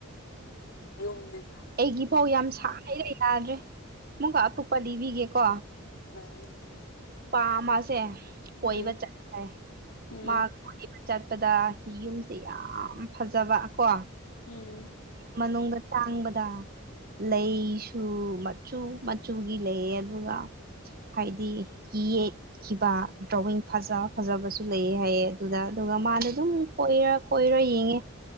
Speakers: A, on the left; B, on the right.
A: ꯌꯨꯝꯅꯦ
B: ꯑꯩꯒꯤ ꯐꯥꯎ ꯌꯥꯝ ꯁ ꯂꯩ ꯌꯥꯗ꯭ꯔꯦ ꯑꯃꯨꯛꯀ ꯑꯇꯨꯞꯄ ꯂꯤꯕꯤꯒꯦꯀꯣ
A: ꯎꯝ
B: ꯄꯥꯝꯃꯁꯦ꯫ ꯀꯣꯏꯕ
A: ꯎꯝ
B: ꯆꯠꯂꯦ
A: ꯎꯝ
B: ꯃꯥ ꯀꯣꯏꯕ ꯆꯠꯄꯗ ꯌꯨꯝꯁꯦ꯫ ꯌꯥꯝ ꯐꯖꯕ ꯀꯣ꯫
A: ꯎꯝ꯫
B: ꯃꯅꯨꯡꯗ ꯆꯥꯡꯕꯗ꯫ ꯂꯩꯁꯨ ꯃꯆꯨ ꯃꯆꯨꯒꯤ ꯂꯩꯌꯦ ꯑꯗꯨꯒ ꯍꯥꯏꯗꯤ꯫ ꯌꯦꯛꯈꯤꯕ ꯗ꯭ꯔꯣꯋꯤꯡ ꯐꯖ ꯐꯖꯕꯁꯨ ꯂꯩꯑꯦ ꯍꯥꯏꯌꯦ ꯑꯗꯨꯗ ꯑꯗꯨꯒ
A: ꯎꯝ
B: ꯃꯥꯅ ꯑꯗꯨꯝ꯫ ꯀꯣꯏꯔ ꯀꯣꯏꯔ ꯌꯦꯡꯉꯦ